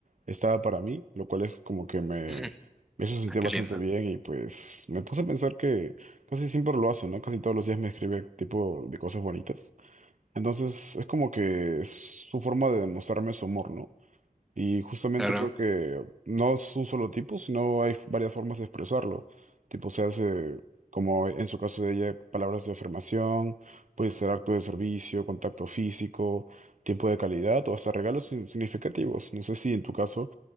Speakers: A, on the right; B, in the centre.
A: estaba para mí, lo cual es como que me,
B: <laughs>
A: me hizo sentir
B: Ah, Qué
A: bastante
B: lindo,
A: bien y pues me puse a pensar que casi siempre lo hace, ¿no? Casi todos los días me escribe tipo de cosas bonitas. Entonces es como que es su forma de demostrarme su amor, ¿no? Y justamente
B: claro.
A: creo que no es un solo tipo, sino hay varias formas de expresarlo. Tipo, se hace, como en su caso de ella, palabras de afirmación, puede ser acto de servicio, contacto físico, tiempo de calidad o hasta regalos sin- significativos. No sé si en tu caso